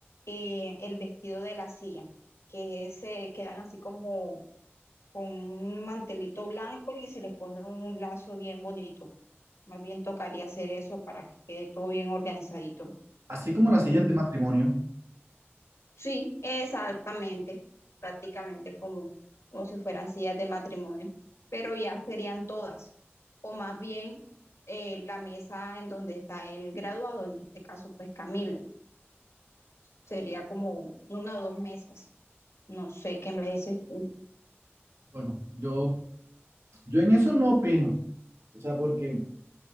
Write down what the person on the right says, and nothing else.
Así como las
sillas de matrimonio,
Bueno, yo, yo en eso no opino. O sea, porque